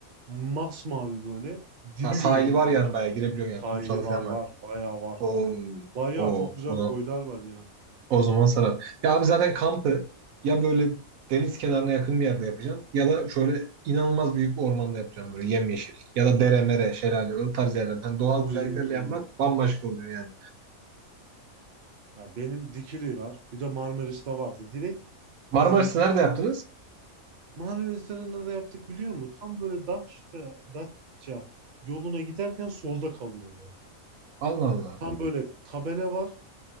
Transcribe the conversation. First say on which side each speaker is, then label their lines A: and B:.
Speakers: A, on the right; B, on the right.
A: Masmavi böyle. Dibi
B: Ha, sahili
A: görünüyor.
B: var yani
A: yani.
B: bayağı girebiliyorsun
A: Sahili
B: yani. Kumsalı
A: var
B: falan
A: var.
B: var.
A: Bayağı var.
B: O
A: Yani bayağı
B: o
A: çok güzel
B: o zaman,
A: koylar var yani.
B: o zaman sarar. Ya abi zaten kampı ya böyle deniz kenarına yakın bir yerde yapacağım ya da şöyle inanılmaz büyük bir ormanda yapacağım böyle yemyeşil. Ya da dere mere, şelale o tarz yerler. Hani doğal
A: Oy.
B: güzelliklerle yapmak bambaşka oluyor yani.
A: Ya benim Dikili var. Bir de Marmaris'te vardı. Direkt
B: Marmaris'i
A: denizin
B: nerede
A: kenarı.
B: yaptınız?
A: Marmaris'te ne de yaptık biliyor musun? Tam böyle Datça, Datça yoluna giderken solda kalıyor böyle.
B: Allah Allah.
A: Tam böyle tabela var.